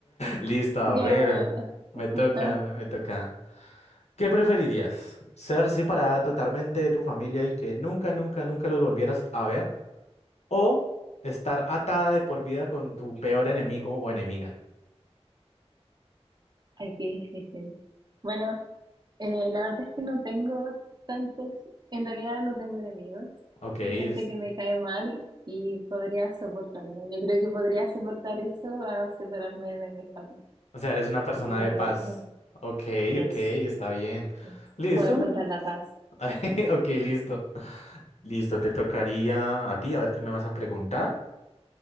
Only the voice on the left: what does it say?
Listo, a
ver. Me toca,
me toca. ¿Qué preferirías? ¿Ser separada totalmente de tu familia y que nunca, nunca, nunca los volvieras a ver? ¿O estar atada de por vida con tu peor enemigo o enemiga?
Ok, es-
o sea, eres una persona
de paz.
Ok,
ok, está bien.
Listo,
bueno.
<laughs> Ok, listo. Listo, te tocaría a ti, a ver qué me vas a preguntar.